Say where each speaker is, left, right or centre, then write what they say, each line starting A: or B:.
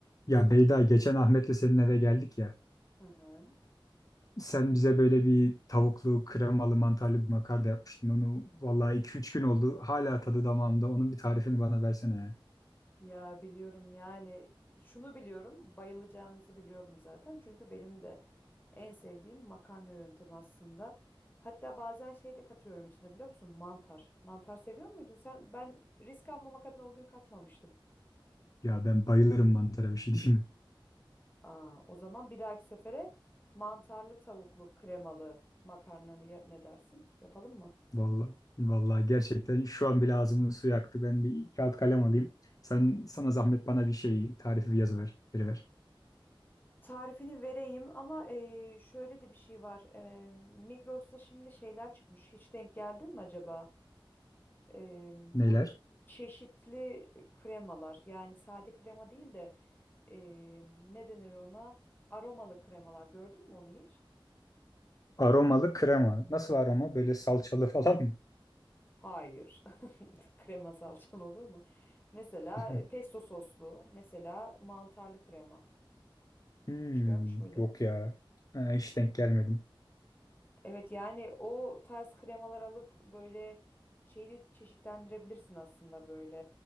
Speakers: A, on the left (about 40°); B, on the left (about 20°).
A: Ya Beyda geçen Ahmet'le senin eve geldik ya.
B: Hı hı.
A: Sen bize böyle bir tavuklu, kremalı, mantarlı bir makarna yapmıştın. Onu vallahi iki üç gün oldu. Hala tadı damağımda. Onun bir tarifini bana versene ya.
B: Ya biliyorum yani şunu biliyorum bayılacağınızı biliyordum zaten çünkü benim de en sevdiğim makarna yöntemi aslında. Hatta bazen şey de katıyorum içine biliyor musun? Mantar. Mantar seviyor muydun sen? Ben risk almamak adına o gün katmamıştım.
A: Ya ben bayılırım mantara bir şey diyeyim mi?
B: Aa, o zaman bir dahaki sefere mantarlı tavuklu kremalı makarna ne, ne dersin? Yapalım mı?
A: Vallahi, vallahi gerçekten şu an bile ağzımın suyu aktı. Ben bir kağıt kalem alayım. Sen sana zahmet bana bir şey tarifi yazıver, veriver.
B: Tarifini vereyim ama eee, şöyle de bir şey var. Eee Migros'ta şimdi şeyler çıkmış. Hiç denk geldin mi acaba? Eee, bu
A: Neler?
B: çeşitli kremalar yani sade krema değil de eee, ne denir ona? Aromalı kremalar gördün mü onu hiç?
A: Aromalı krema. Nasıl aroma? Böyle salçalı falan mı?
B: Hayır. <laughs> Krema salçalı olur mu? Mesela
A: Bilmiyorum.
B: pesto soslu, mesela mantarlı krema.
A: Hmm,
B: Hiç görmüş müydün?
A: yok ya. Ha, hiç denk gelmedim.
B: Evet yani o tarz kremalar alıp böyle şeyi de çeşitlendirebilirsin aslında böyle